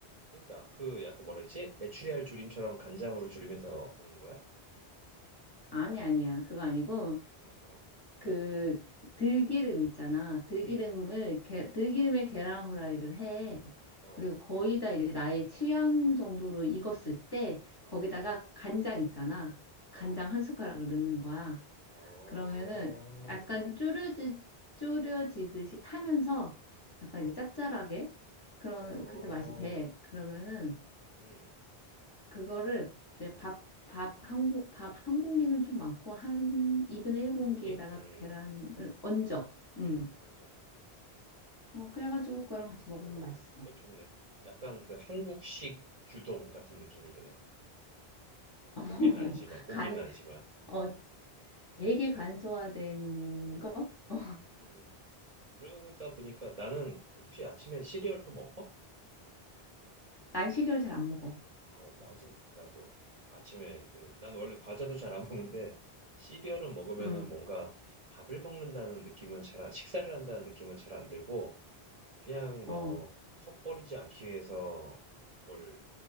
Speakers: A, on the right (about 45°); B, on the left (about 30°).
A: 그러니까 그 약간 뭐라 했지? 메추리알 조림처럼 간장으로 조림해서 먹는 거야?
B: 아니 아니야 그거 아니고
A: 어, 어.
B: 그 들기름 있잖아. 들기름을
A: 응.
B: 게, 들기름에 계란 후라이를 해.
A: 어.
B: 그리고 거의 다 이제 나의 취향 정도로 익었을 때 거기다가
A: 어, 어.
B: 간장 있잖아. 간장
A: 어.
B: 한 숟가락을 넣는 거야.
A: 어.
B: 그러면은 약간 쪼려지 쪼려지듯이 타면서 약간
A: 어.
B: 이제 짭짤하게 그런
A: 어.
B: 그렇게 맛이 배. 그러면은
A: 음.
B: 그거를 이제 밥, 밥 한 공, 밥 한 공기는 좀 많고 한 2분의 1
A: 반고기?
B: 공기에다가
A: 음.
B: 그 계란을 얹어. 음.
A: 어, 어, 먼저.
B: 어, 그래가지고 그거랑 같이 먹으면
A: 내가 먹는
B: 맛있어.
A: 거? 그거 좋네. 약간 그 한국식 규동 같은 느낌이 드네.
B: <laughs>
A: 고기는 아니지만 고기는
B: 간,
A: 아니지만.
B: 어, 되게 간소화된
A: 음.
B: 거? 어,
A: 음. 그러다 보니까 나는 혹시 아침에 시리얼도 먹어?
B: 난 시리얼 잘 안 먹어.
A: 어, 나도, 나도 아침에 그, 난 원래 과자도 잘 안 먹는데 시리얼은 먹으면은
B: 응,
A: 뭔가 밥을 먹는다는 느낌은 잘 안, 식사를 한다는 느낌은 잘 안 들고 그냥 뭐
B: 어,
A: 속 버리지 않기 위해서 뭘